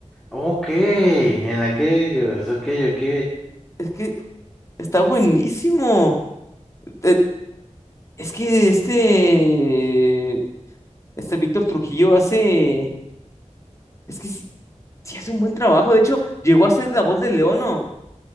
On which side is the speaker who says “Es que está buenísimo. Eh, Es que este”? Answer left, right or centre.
Left